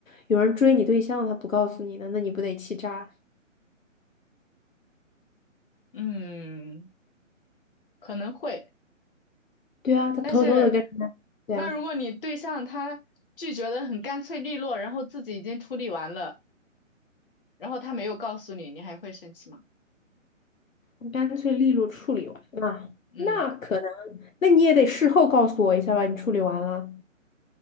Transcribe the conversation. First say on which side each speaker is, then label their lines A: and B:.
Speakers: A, on the left; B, on the left.
A: 有人追你对象，他不告诉你呢，那你不得气炸？
B: 嗯，可能会，
A: 对啊，他偷偷的跟人家，
B: 但是
A: 对啊，
B: 那如果你对象他拒绝的很干脆利落，然后自己已经处理完了，然后他没有告诉你，你还会生气吗？
A: 你干脆利落处理完，那那可能，
B: 嗯
A: 那你也得事后告诉我一下吧，你处理完了。